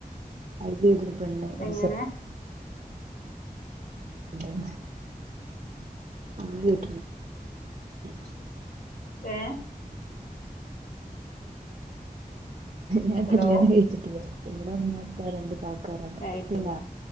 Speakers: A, on the right; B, on the left.
A: വതൊരു പെണ്ണണ്ട
B: എങ്ങനെ
A: <unintelligible> അമ്മ കട്ടണ <unintelligible>
B: ഏ
A: ഞാൻ
B: ഹലോ
A: കല്യാണം കഴിച്ചിട്ടില്ലമ്മടെ അമ്മ അപ്പാ രണ്ട് കാക്കാരാണ്
B: യ്
A: പിന്നെ
B: ശരിയാ